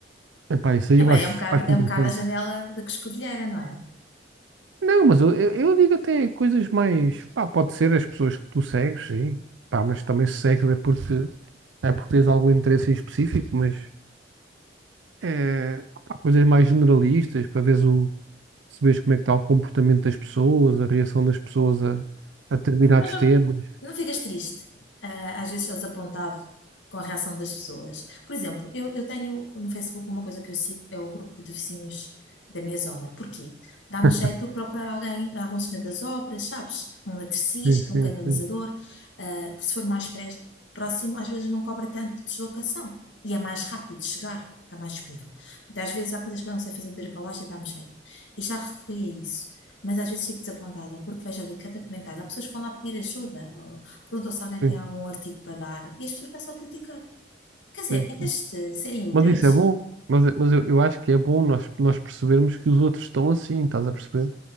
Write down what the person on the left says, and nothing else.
é
bem,
é um bocado,
é
um bocado a janela da Coscovilheira, não é?
Mas não
Não ficas triste. Ah, às vezes eu desapontado com a reação das pessoas. Por exemplo, eu, eu tenho no Facebook uma coisa que eu sigo, é o grupo de vizinhos da minha zona. Porquê? Dá-me
jeito de procurar alguém, algum senhor das obras, sabes? Um eletricista,
um
canalizador.
Ah, se for mais pré- próximo, às vezes não cobra tanto de deslocação e é mais rápido de chegar. Está mais disponível. Porque às vezes há coisas que eu não sei fazer de bricolagem e dá-me jeito. E já recorri a isso. Mas às vezes fico desapontada, porque vejo ali cada comentário. Há pessoas que vão lá pedir ajuda, ou perguntam se alguém
tem algum artigo para dar, e as pessoas começam a criticar. Quer dizer,
em
vez de serem úteis,